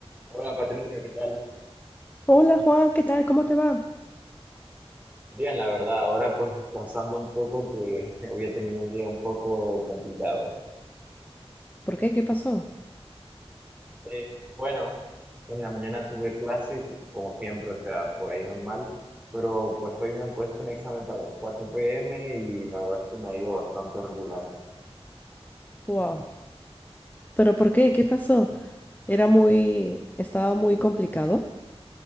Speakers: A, on the right; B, on the left.
A: Hola Patricia, ¿qué tal?
B: Hola Juan, ¿qué tal? ¿Cómo te va?
A: Bien, la verdad, ahora pues descansando un poco que <laughs> hoy he tenido un día un poco complicado.
B: ¿Por qué? ¿Qué pasó?
A: Eh, bueno, en la mañana tuve clase, como siempre, o sea, por ahí normal, pero pues hoy me han puesto un examen para las 4 p.m. y la verdad se me ha ido bastante regular.
B: Wow. ¿Pero por qué? ¿Qué pasó? Era muy, estaba muy complicado.